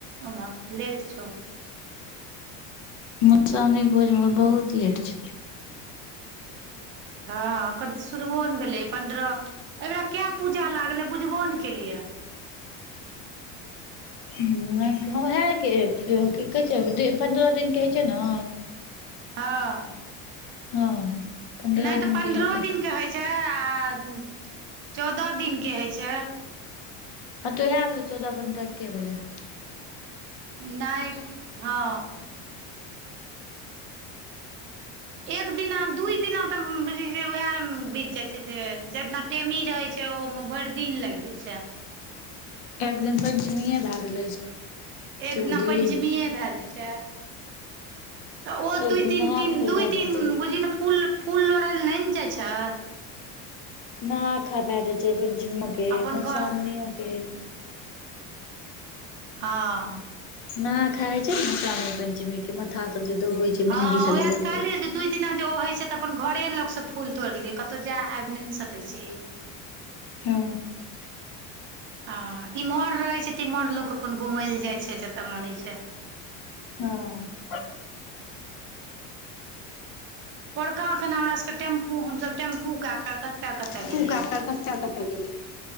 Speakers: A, on the right; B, on the left.
A: ओना लेट छौ।
B: मधुश्रावणीक भोज मे एखन बहुत लेट छौ।
A: हँ अखन तऽ शुरुओ ने भेलय पन्द्रह अहिबेरा कय पूजा लागलै बुझबो ने केलियै।
B: नहि हँ उहे के कि कहै छैय पन्द्रह दिनके होय छैय ने।
A: हँ।
B: हँ। पन्द्रह
A: नहि
B: दिन
A: तऽ पन्द्रहो
B: के हेतै
A: दिनके होय छैय आ चौदह दिनके होय छैय।
B: ह त उहे भेलै चौदह पन्द्रह एके भेलै।
A: नहि हँ। एक दिना दू दिना तऽ बुजही जे उहे मे बीत जाय छैय जे टेमी रहय छैय ओमे भरि दिन लागि जाय छैय।
B: एक दिन पंचमीेये भय गेलै।
A: एक
B: शुरू
A: दिना
B: दिन
A: पंचमीये भय जाय छै। तऽ ओ
B: एक
A: दू
B: दिन
A: तीन
B: नहा खाय भए
A: दू
B: जाइ
A: दिन
B: छै
A: बुझही ने फूल फूल लोढ़य लेल नहि ने जाय छै।
B: ना खयबा के चाही पंचमीयो के
A: अपन
B: मधुश्रावणीयो
A: घर
B: के।
A: हाँ।
B: नहा खाय छैय न मधश्रावणी पंचमी के माथा सब जे धोवे छै।
A: हँ
B: मेहंदी सब
A: ओहे
B: जे लगबै
A: त कहलियै
B: छै
A: जे दिना जे ओ होय छैय तऽ अपन घरे लग से फूल तोड़ि लियऽ कतउ जाय आबि नहि न सकै छी।
B: हँ।
A: हँ इम्हर रहै छैय तऽ इम्हर लोक अपन घुमै ले जाय छैय जतऽ मोन होइ छै।
B: हँ।
A: पौरकां खना हमरा सबके टेम्पु हम सब टेम्पु कय के कतऽ कतऽ
B: टेम्पु
A: गेलियै
B: कय के कतऽ कतऽ गेलियै,